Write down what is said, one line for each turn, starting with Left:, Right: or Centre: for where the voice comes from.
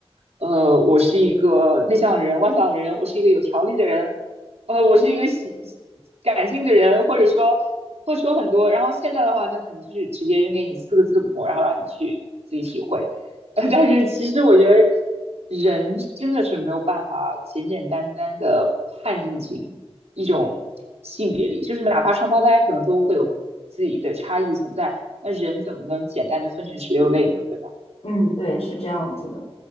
Right: 呃，我是一个内向的人、外向的人，我是一个有条理的人，呃，我是一个喜感性的人，或者说会说很多。然后现在的话，那可能就是直接扔给你四个字母，然后让你去自己体会。<laughs> 呃，但是其实我觉得人真的是没有办法简简单单的判定一群。一种性别里，就是哪怕双胞胎可能都会有自己的差异存在，那人怎么能简单的分成十六类呢？对吧？
Left: 嗯，对，是这样子的。